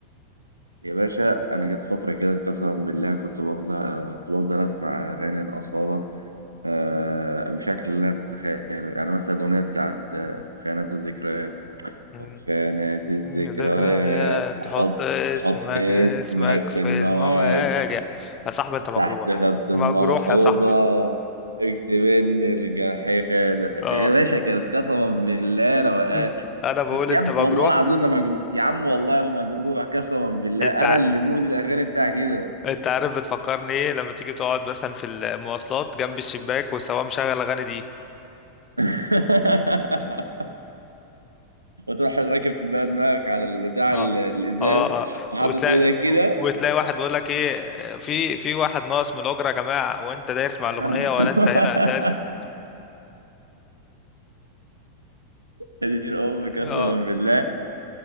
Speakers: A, on the right; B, on the left.
A: يا باشا انا جت فتره كده قسما بالله كنت بفضل آه، كنت بفضل اسمع اغاني الاصاله آه بشكل لا تتخيله يعني مثلا الاغنيه بتاعت آه، في خيانات الذكريات
B: مم.
A: في خيانات الذكريات
B: مم، ذكريات
A: حط
B: تحط اسمك
A: حط اسمك
B: اسمك في
A: في المواجع
B: المواجع يا صاحبي انت مجروح
A: تحت خط الملحوظة
B: مجروح يا صاحبي
A: اكتب ان الجرح خانق
B: اه
A: يا باشا كانت قسما بالله روقان
B: <laughs> انا بقول
A: بس يا
B: انت
A: ابني
B: مجروح
A: والله العظيم ما مجروح يا عم والله ما مجروح قسما بالله
B: انت
A: انا
B: ع-
A: اللي مود الاغاني بتاعي كده
B: انت عارف بتفكرني ايه لما تيجي تقعد مثلا في المواصلات جنب الشباك والسواق مشغل الاغاني دي
A: <laughs> وتروح راكب بقى دماغك على البتاع
B: اه
A: ال- الازاز
B: اه آه.
A: وحاطط
B: وتلاقي
A: ايدك كده
B: وتلاقي واحد بيقول لك ايه في في واحد ناقص من الاجره يا جماعه وانت دايس مع الاغنيه
A: <laughs>
B: ولا انت هنا اساسا
A: يا دين الام قسما
B: اه
A: بالله